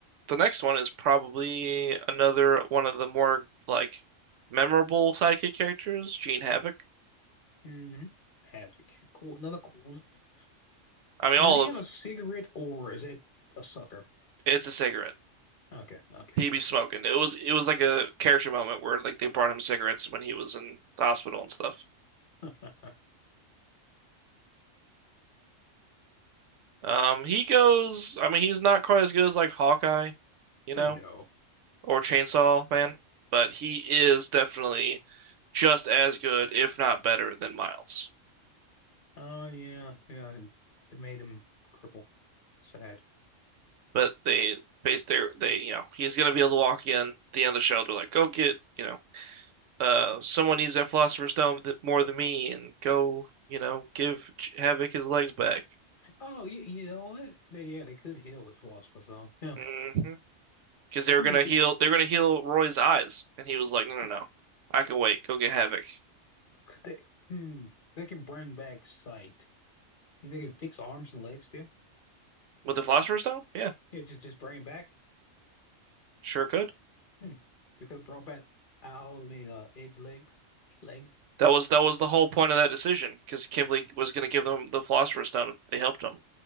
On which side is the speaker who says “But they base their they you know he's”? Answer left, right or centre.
Right